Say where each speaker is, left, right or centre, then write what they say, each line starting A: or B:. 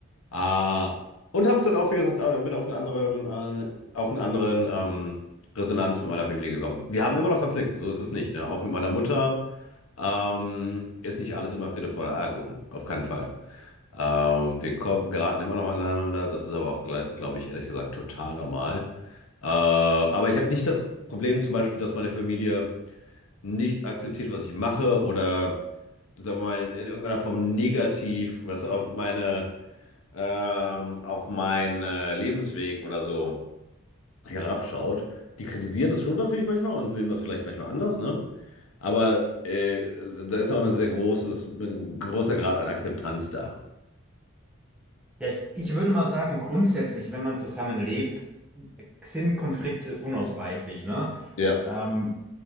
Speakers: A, on the left (about 75°); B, in the centre.
A: Ah, und habe dann auch, wie gesagt, äh, bin auf einen anderen, äh, auf einen anderen ähm, Resonanz mit meiner Familie gekommen. Wir haben immer noch Konflikt, so ist es nicht. Ne? Auch mit meiner Mutter ähm, ist nicht alles immer Friede, Freude, Eierkuchen, auf keinen Fall. Ähm, wir ko- geraten immer noch aneinander, das ist aber auch, glaube ich, ehrlich gesagt, total normal. Äh, aber ich habe nicht das Problem zum Beispiel, dass meine Familie nicht akzeptiert, was ich mache oder sagen wir mal, in irgendeiner Form negativ, was auf meine, ähm, auf meinen äh, Lebensweg oder so herabschaut. Die kritisieren das schon natürlich manchmal und sehen das vielleicht manchmal anders, ne? Aber äh, da ist auch ein sehr großes, ein großer Grad an Akzeptanz da.
B: Ja, ich, ich würde mal sagen, grundsätzlich, wenn man zusammenlebt, sind Konflikte unausweichlich, ne?
A: Ja,
B: Ähm,